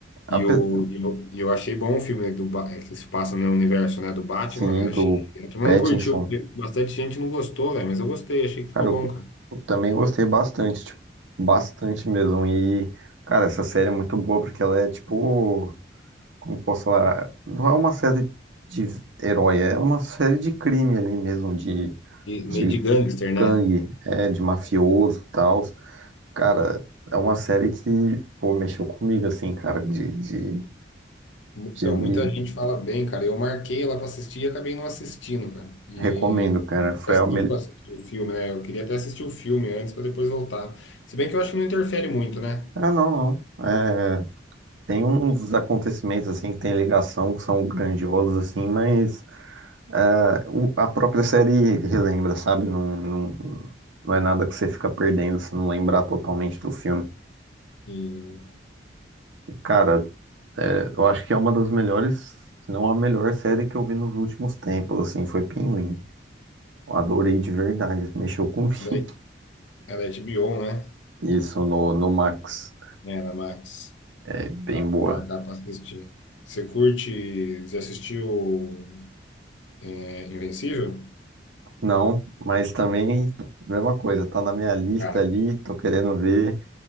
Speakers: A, on the right; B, on the left.
A: a,
B: E
A: pe-
B: o- e eu, e eu, achei bom o filme do, Ba- eh, que se passa no universo, né, do Batman,
A: sim,
B: velho.
A: do
B: Achei, a turma
A: Pattinson,
B: não curtiu, porque bastante gente não gostou, velho, mas eu gostei, achei que ficou
A: cara, eu,
B: bom,
A: go-
B: cara.
A: eu também gostei bastante, tipo, bastante mesmo. E, cara, essa série é muito boa porque ela é tipo como posso falar, não é uma série de herói, é uma série de crime ali mesmo, de,
B: E
A: de
B: meio de gangster, né?
A: gangue, é, de mafioso e tal. Cara, é uma série que, pô, mexeu comigo, assim, cara, de, de,
B: Então,
A: de me
B: muita gente fala bem, cara. Eu marquei ela para assistir e acabei não assistindo, cara. E
A: recomendo, cara. Foi
B: faz
A: a
B: tempo
A: melhor.
B: que eu assisti o filme, né? Eu queria até assistir o filme antes para depois voltar. Se bem que eu acho que não interfere muito, né?
A: Ah, não, não. É, tem uns acontecimentos, assim, que tem ligação, que são grandiosos, assim, mas. Ah, o- a própria série relembra, sabe? Não, não, não é nada que você fica perdendo se não lembrar totalmente do filme.
B: E
A: E, cara, é, eu acho que é uma das melhores, se não a melhor série que eu vi nos últimos tempos, assim, foi Pinguim. Eu adorei de verdade, mexeu comigo. <laughs>
B: é da é da HBO, né?
A: Isso no, no Max,
B: É, da Max.
A: é bem
B: Tá,
A: boa.
B: vou marcar para assistir. Você curte? Já assistiu é, Invencível?
A: Não, mas também, mesma coisa, tá na minha lista
B: Cara,
A: ali, tô querendo ver,